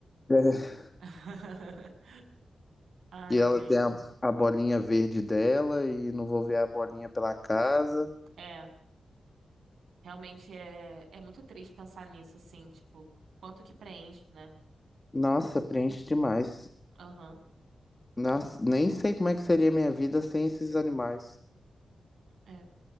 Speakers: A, on the left (about 20°); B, on the right (about 80°).
A: <laughs>
B: <laughs> Ai,
A: que ela
B: gente.
A: tem a, a bolinha verde dela e não vou ver a bolinha pela casa.
B: É, realmente é, é muito triste pensar nisso, assim, tipo, quanto que preenche, né?
A: Nossa, preenche demais.
B: Aham.
A: Nossa, nem sei como é que seria minha vida sem esses animais.
B: é.